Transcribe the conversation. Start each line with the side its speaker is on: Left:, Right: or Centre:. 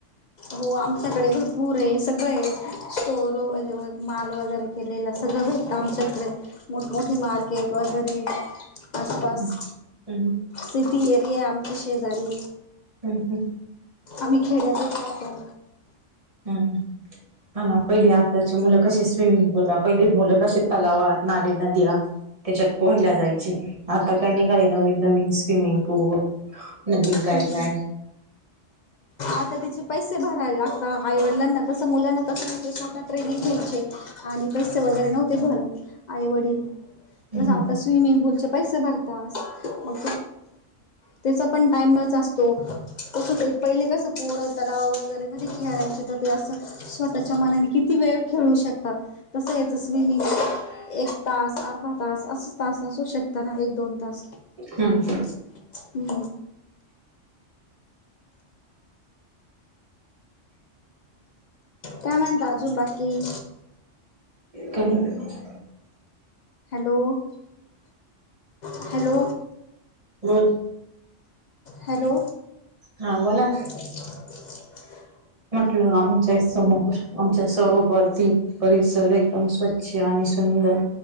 Left: हो आमच्याकडे भरपूर आहे सगळं आहे स्टोर वग माल वगैरे निरेला सगळं भेटतं आमच्याकडे, मोठमोठे मार्केट वगैरे आसपास
Right: हम्म हम्म
Left: सिटी एरिया आहे आमच्या शेजारी
Right: हम्म हं
Left: आम्ही खेड्यातच राहतो
Right: हम्म हा ना पहिली आताचे मुलं कशी स्विमिंग पूलला पहिली मुलं कसे तलावात नाले नद्या त्याच्यात पोहायला जायचे, आता काय निघाले नवीन नवीन स्विमिंग पूल नवीन
Left: हम्म
Right: काय काय
Left: आता त्याचे पैसे भरायला लागता आई वडिलांना तसं मुलांना तसे तिथे स्वतः ट्रेनिंग घ्यायचे आणि पैसे वगैरे नव्हते भरत आई वडील
Right: हम्म
Left: तसं आता स्विमिंग पूलचे पैसे भरतास मग त्याचा पण टाइमच असतो कसं ते पहिले कसं पोरं तलाव वगैरे मध्ये खेळायचे तर ते असं स्वतःच्या मनाने किती वेळ खेळू शकतात तसं हेच स्विमिंग एक तास, अर्धा तास असंच तास असू शकतं ना एक, दोन तास
Right: हम्म
Left: हम हं काय म्हणता अजून बाकी
Right: काय नाही
Left: हॅलो हॅलो
Right: बोल
Left: हॅलो
Right: हा बोला
Left: <unintelligible>
Right: म्हटलं आमच्या समोर आमच्या सोबती परिसर एकदम स्वच्छ आणि सुंदर,